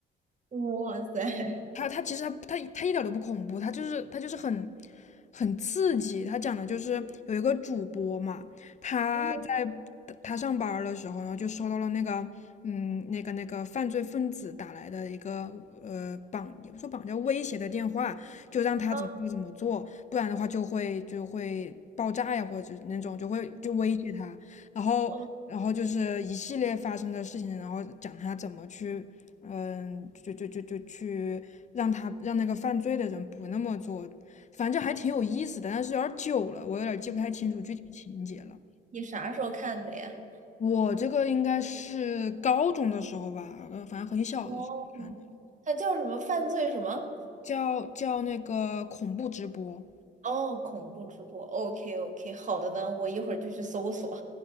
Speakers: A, on the right (about 40°); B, on the left (about 35°).
A: <laughs> 哇塞，<laughs>
B: 他他其实他他他一点都不恐怖，他就是他就是很很刺激。他讲的就是有一个主播嘛，他在
A: 嗯
B: 他上班儿的时候，然后就收到了那个嗯那个那个犯罪分子打来的一个呃绑也不说绑架威胁的电话，就让他怎么做怎么做，
A: 啊
B: 不然的话就会就会爆炸呀，或者是那种就会就威胁他，然后。
A: 哦，
B: 然后就是一系列发生的事情，然后讲他怎么去嗯，就就就就去让他让那个犯罪的人不那么做，反正还挺有意思的，但是有点儿久了，我有点儿记不太清楚具体情节了。
A: 你啥时候看的呀？
B: 我这个应该是高中的时候吧，呃反正很小的时候看，
A: 哦，它叫什么？犯罪什么？
B: 叫叫那个恐怖直播。
A: 哦，恐怖直播。OK OK，好的呢，我一会儿就去搜索。